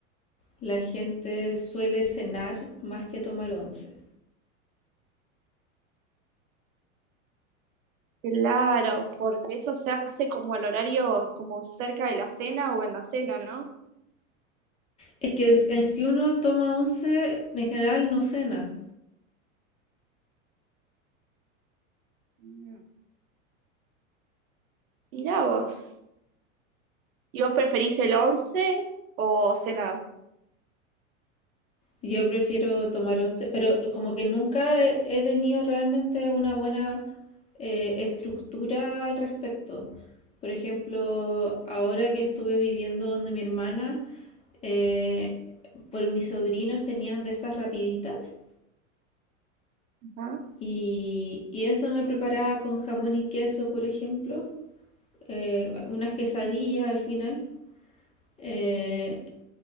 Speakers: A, on the left (about 15°); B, on the right (about 85°).
A: la gente suele cenar más que tomar once.
B: Claro, porque eso se hace como al horario, como cerca de la cena o en la cena, ¿no?
A: Es que eh, si uno toma once, en general no cena.
B: Mm, Mirá vos. ¿Y vos preferís el once o cenar?
A: Yo prefiero tomar once, pero como que nunca he, he tenido realmente una buena eh, estructura al respecto. Por ejemplo, ahora que estuve viviendo donde mi hermana, eh, por mis sobrinos tenían de estas rapiditas
B: Ajá.
A: Y, y eso me preparaba con jamón y queso, por ejemplo, eh, unas quesadillas al final. eh,